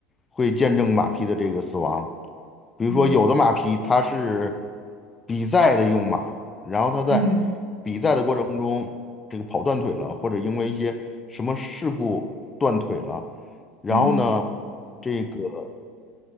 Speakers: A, on the left; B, on the right.
A: 会见证马匹的这个死亡。比如说有的马匹它是
B: 嗯
A: 比赛的用马，然后它在
B: 嗯
A: 比赛的过程中这个跑断腿了，或者因为一些什么事故断腿了，然后呢，
B: 嗯，
A: 这个